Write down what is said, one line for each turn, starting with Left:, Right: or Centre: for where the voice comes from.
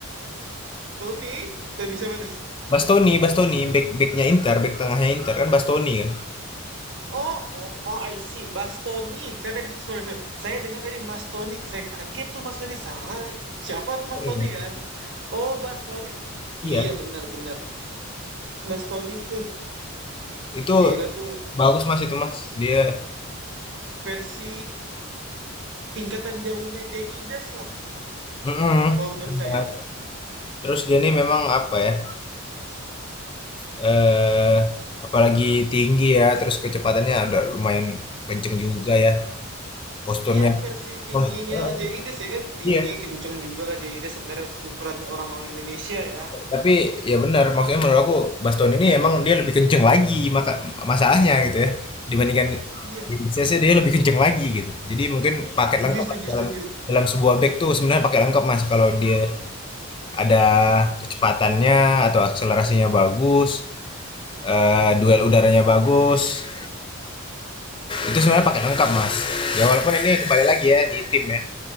Right: Tony, Tony siapa tuh?
Left: Bastoni, Bastoni, back backnya Inter, back tengahnya Inter kan Bastoni kan.
Right: Oh, oh, oh, I see. Mas Tony. Saya tadi, sorry, sorry. Saya dengar tadi Mas Tony. Saya kaget tuh Mas Tony. Sa- Siapa tuh Mas
Left: Ah,
Right: Tony kan? Oh, Mas Tony.
Left: Iya,
Right: Iya, benar-benar. Mas Tony, uh,
Left: itu
Right: gila tuh.
Left: bagus, Mas, itu, Mas. Dia
Right: Versi tingkatan jauhnya Jaides lah.
Left: mhm,
Right: Kalau menurut
Left: benar.
Right: saya.
Left: Terus dia nih memang apa ya, eee, apalagi tinggi ya, terus kecepatannya ada lumayan kenceng juga ya, posturnya
Right: Iya, versi tingginya
Left: wah heeh,
Right: Jaides ya kan. Tinggi,
Left: iya.
Right: kenceng juga kan Jaides sebenarnya untuk ukuran orang-orang Indonesia ya.
Left: Tapi ya benar, maksudnya menurut aku Baston ini emang dia lebih kenceng lagi maka masalahnya gitu ya, dibandingkan
Right: Iya,
Left: CC dia lebih kenceng lagi gitu. Jadi mungkin paket
Right: setuju,
Left: lengkap
Right: setuju,
Left: dalam
Right: setuju.
Left: dalam sebuah bag tuh sebenarnya paket lengkap, Mas, kalau dia ada kecepatannya atau akselerasinya bagus, eh, duel udaranya bagus. Itu sebenarnya paket lengkap, Mas. Ya walaupun ini kembali lagi ya di tim ya,